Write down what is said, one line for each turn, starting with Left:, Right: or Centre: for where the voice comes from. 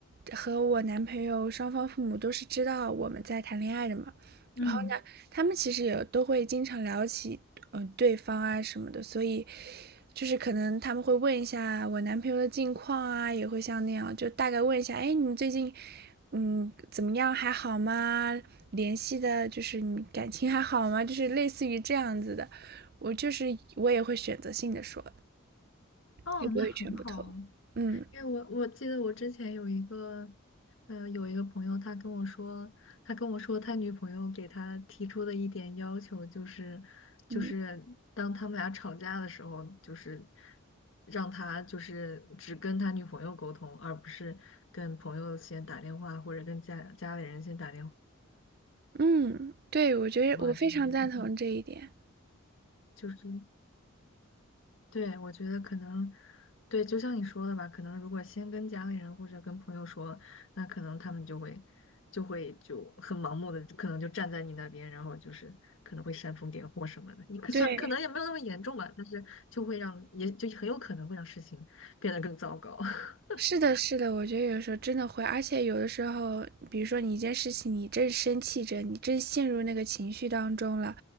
Right: 和我男朋友双方父母都是知道我们在谈恋爱的嘛，
Left: 嗯，
Right: 然后呢，他们其实也都会经常聊起呃对方啊什么的，所以就是可能他们会问一下我男朋友的近况啊，也会像那样，就大概问一下，哎，你们最近嗯怎么样，还好吗？联系的就是你感情还好吗？就是类似于这样子的，我就是我也会选择性的说，
Left: 哦，
Right: 也不会全部透露。
Left: 那很好啊
Right: 嗯
Left: 因为我我记得我之前有一个，呃，有一个朋友，他跟我说，他跟我说他女朋友给他提出的一点要求就是，
Right: 嗯
Left: 就是当他们俩吵架的时候，就是让他就是只跟他女朋友沟通，而不是跟朋友先打电话或者跟家家里人先打电
Right: 嗯，对，我觉得我非常赞同这一点。
Left: 话之类的。就是对，我觉得可能对，就像你说的吧，可能如果先跟家里人或者跟朋友说，那可能他们就会就会就很盲目的，可能就站在你那边，然后就是可能会煽风点火什么的。你可算可能也没有那么严重吧，
Right: 对，
Left: 但是就会让也就很有可能会让事情变得更糟糕。<laughs>
Right: 是的，是的，我觉得有时候真的会，而且有的时候，比如说你一件事情，你正生气着，你正陷入那个情绪当中了，